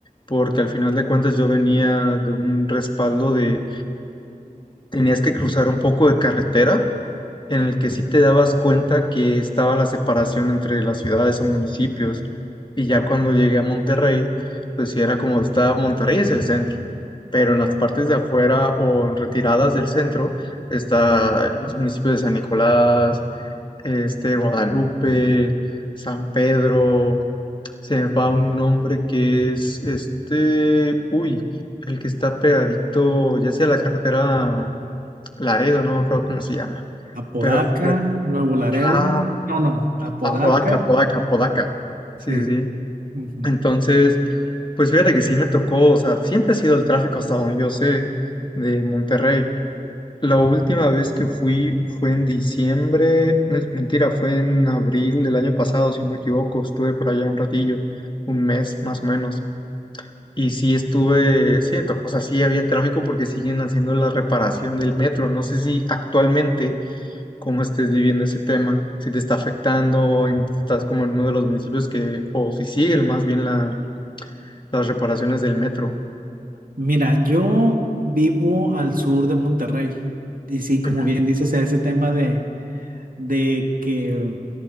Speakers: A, on the left (about 35°); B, on the right (about 75°).
A: porque al final de cuentas yo venía de un respaldo de tenías que cruzar un poco de carretera en el que sí te dabas cuenta que estaba la separación entre las ciudades o municipios. Y ya cuando llegué a Monterrey, pues sí era como está, Monterrey es el centro, pero en las partes de afuera o en retiradas del centro está los municipios de San Nicolás, este, Guadalupe, San Pedro, se me va un nombre que es este, uy, el que está pegadito, ya sea la carretera Laredo, no me acuerdo cómo se llama.
B: Apodaca,
A: Pero sí,
B: Nuevo Laredo.
A: ah,
B: No, no, Apodaca.
A: a Podaca, Podaca, Podaca. Sí,
B: Sí.
A: sí, sí.
B: Ujú.
A: Entonces, pues fíjate que sí me tocó, o sea, siempre ha sido el tráfico hasta donde yo sé de Monterrey. La última vez que fui fue en diciembre, no es mentira, fue en abril del año pasado, si no me equivoco, estuve por allá un ratillo, un mes más o menos. Y sí estuve, sí, me tocó, o sea, sí había tráfico porque siguen haciendo la reparación del metro. No sé si actualmente cómo estés viviendo ese tema, si te está afectando, en- estás como en uno de los municipios que, o si siguen más bien la- las reparaciones del metro.
B: Mira, yo vivo al sur de Monterrey. Y sí, como
A: Ujú.
B: bien dices, ese tema de, de que